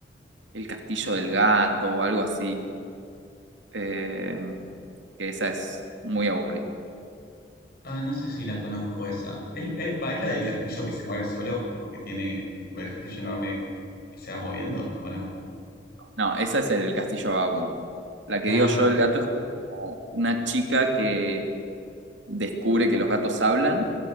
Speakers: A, on the right; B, on the left.
A: el Castillo del Gato, algo así. Eh, que esa es muy aburrida.
B: Ah, no sé si la conozco esa. ¿Es, es- va, ¿es la del castillo que se mueve solo? Tipo que tiene, tipo el castillo enorme que se va moviendo, ¿o no?
A: No, esa es el Castillo Vagabundo. La que
B: Ah,
A: digo yo del gato es como una chica que descubre que los gatos hablan